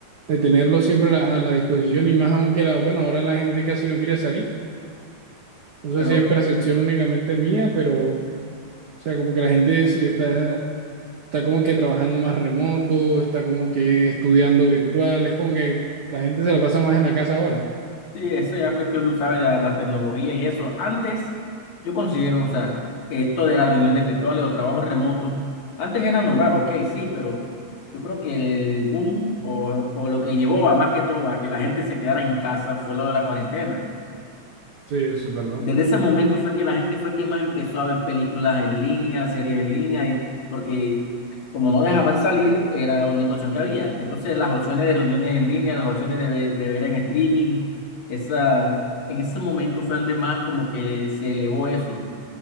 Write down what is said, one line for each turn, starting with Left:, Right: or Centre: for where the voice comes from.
Right: de tenerlo siempre a la, a la disposición y más aunque la, bueno, ahora la gente casi no quiere salir. No sé
Left: Pero
Right: si es percepción únicamente mía, pero, o sea, como que la gente se está, está como que trabajando más remoto, está como que estudiando virtual, es como que la gente se la pasa más en la casa ahora.
Left: Sí, eso ya es cuestión, tú sabes, de la- las tecnologías y eso. Antes, yo considero, o sea, esto de las reuniones virtuales o trabajo remoto, antes era normal, ok, sí, pero yo creo que el boom o, o lo que llevó a más que todo a que la gente se quedara en casa fue lo de la cuarentena.
Right: Sí, eso es verdad.
Left: Desde ese momento fue que la gente fue que más empezó a ver películas en línea, series en línea, y porque como no dejaban salir, era la única opción que había. Entonces las opciones de reuniones en línea, las opciones de, ve- de ver en streaming, esa, en ese momento fue donde más como que se elevó eso.